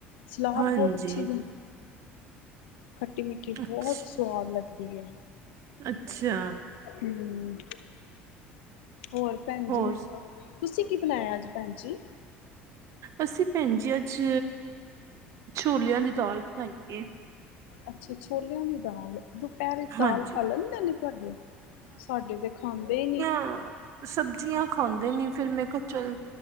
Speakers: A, on the left; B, on the right.
A: ਸਲਾਦ
B: ਹਾਂਜੀ
A: ਬਹੁਤ ਅੱਛੀ ਖੱਟੀ ਮਿੱਠੀ ਬਹੁਤ
B: ਅੱਛ
A: ਸਵਾਦ ਲੱਗਦੀ ਐ।
B: ਅੱਛਾ।
A: ਹੂੰ। ਹੋਰ ਭੈਣ
B: ਹੋਰ
A: ਜੀ। ਤੁਸੀ ਕੀ ਬਣਾਇਆ ਅੱਜ ਭੈਣ ਜੀ?
B: ਅਸੀ ਭੈਣ ਜੀ ਅੱਜ ਛੋਲਿਆਂ ਦੀ ਦਾਲ ਬਣਾਈ ਏ
A: ਅੱਛਾ ਛੋਲਿਆਂ ਦੀ ਦਾਲ ਦੁ ਪੈਰੇ ਦਾਲ
B: ਹਾਂਜੀ
A: ਖਾ ਲੈਂਦੇ ਨੇ ਤੁਹਾਡੇ ਸਾਡੇ ਤੇ ਖਾਂਦੇ ਈ ਨੀ।
B: ਆ ਸਬਜ਼ੀਆਂ ਖਾਂਦੇ ਨੀ ਫੇਰ ਮੈਂ ਕਿਹਾ ਚਲ